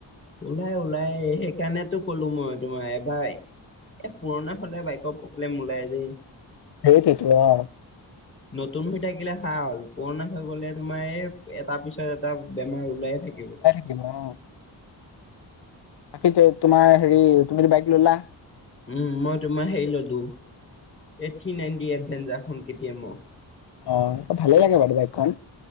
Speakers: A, on the left; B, on the left.
A: ওলাই ওলাই সেইকাৰণেতো ক'লো মই তোমাক এবাৰ এ পুৰণা হলে বাইকৰ প্ৰব্লেম ওলাই দেই।
B: সেইটোৱেইটো অ
A: নতুন হৈ থাকিলে ভাল, পুৰণা হৈ গ'লে তোমাৰ এই এটা পিছ- এটা বেমাৰ ওলাই থাকিব বোলে।
B: কিব অ। বাকী ত তোমাৰ হেৰি তুমিটো বাইক ললা?
A: উম মই তোমাৰ হেৰি ললো এইট থ্ৰী নাইনটি এডভেঞ্জাৰখন কেটিয়েমৰ।
B: অ ভালে লাগে বাৰু বাইকখন।